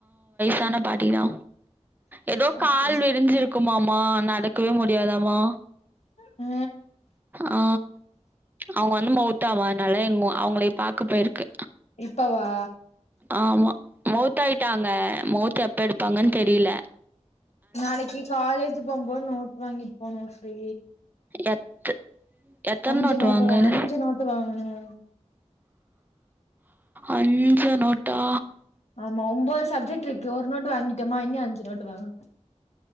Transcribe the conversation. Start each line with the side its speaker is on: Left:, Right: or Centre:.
Right: தான பாட்டி தா ஏதோ
Left: அப்டி
Right: கால் விரிஞ்சிருக்குமாமா நடக் இருக்கவே முடியாதாமா
Left: ஆ
Right: ஆ அவுங்க வந்து மௌத்தாமாவா அனால அவுங்கள பாக்க போயிருக்கு
Left: இப்பவா
Right: ஆமா மௌத்தாயிட்டாங்க மௌத் செடெப்பெடுப்பாங்கனு தெரில
Left: நாளைக்கு காலேஜ் போகும்போது நோட் வாங்கிட்டு போன ஃப்ரீ
Right: எத் எத்தன
Left: அஞ்சு நோட்டு
Right: வாங்கல்
Left: அஞ்சு நோட்டு வாங்கணோ
Right: அஞ்சு நோட்டா
Left: ஆமா ஒன்பது சப்ஜெக்ட் இருக்கு ஒரு நோட்டு் வாங்கிட்டேமா இன்னி அஞ்சு நோட்டு் வாங்கனோ